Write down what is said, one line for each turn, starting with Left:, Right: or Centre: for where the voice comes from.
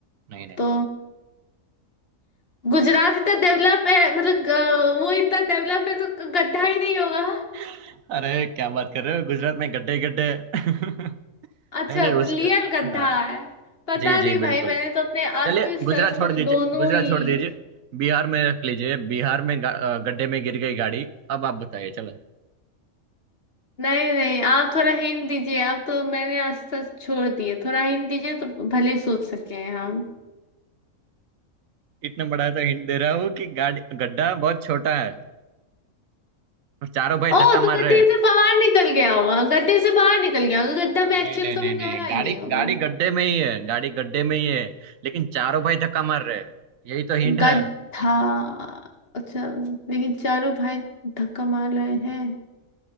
Right: नहीं नहीं
Left: तो गुजरात इतना डेवलप है मतलब ग- वो इतना डेवलप है तो गड्ढा ही नहीं होगा
Right: <laughs> अरे क्या बात कर रहे हो गुजरात में गड्ढे गड्ढे <laughs> नहीं
Left: अच्छा
Right: नहीं उस
Left: तो रियल गड्ढा
Right: हाँ
Left: है पता
Right: जी जी
Left: नहीं भाई
Right: बिल्कुल
Left: मैंने तो अपने अस्त
Right: चलिए गुजरात
Left: शस्त्र
Right: छोड़ दीजिए
Left: दोनों
Right: गुजरात
Left: ही
Right: छोड़ दीजिए बिहार में रख लीजिए बिहार में गा- अ, गड्ढे में गिर गई गाड़ी अब आप बताइए चलो
Left: नहीं नहीं आप थोड़ा हिंट दीजिए आप तो मैंने आज तक छोड़ दिए थोड़ा हिंट दीजिए तो भले ही सोच सके हैं हम
Right: इतना बड़ा तो हिंट दे रहा हूँ कि गाड़ी गड्ढा बहुत छोटा है और चारों भाई धक्का
Left: ओ
Right: मार
Left: तो गड्ढे
Right: रहे हैं
Left: से बाहर निकल गया होगा गड्ढे से बाहर निकल गया होगा गड्ढा में
Right: नहीं
Left: एक्चुअल
Right: नहीं नहीं
Left: कभी
Right: नहीं
Left: गहरा ही
Right: गाड़ी
Left: नहीं होगा
Right: गाड़ी गड्ढे में ही है गाड़ी गड्ढे में ही है लेकिन चारों भाई धक्का मार रहे हैं यही तो हिंट
Left: गड्ढा
Right: है
Left: अच्छा लेकिन चारों भाई धक्का मार रहे हैं